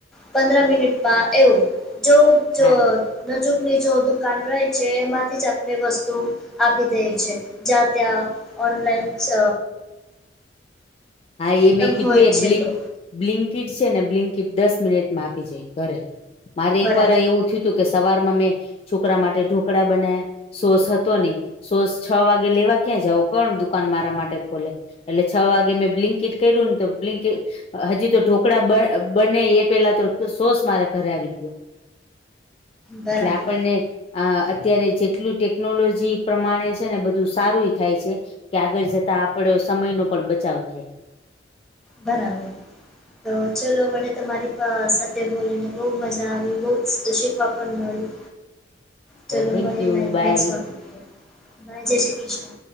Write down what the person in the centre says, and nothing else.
પંદરા મિનિટમાં એવું જો જો
નજુકની જો દુકાન રહે છે એમાંથી જ આપણે વસ્તુ <unintelligible> છે જ્યાં ત્યાં ઓનલાઈન છ
હોય
છે
તો
બરાબર
બરાબર
બરાબર તો ચલો મને તમારી પ સાથે બોલીને બઉ મજા આવી બઉ જ શીખવા પણ મળ્યું. ચલો
મળીએ
<unintelligible>
નેક્સ્ટ ટોપિક પર, બાય જય શ્રીકૃષ્ણ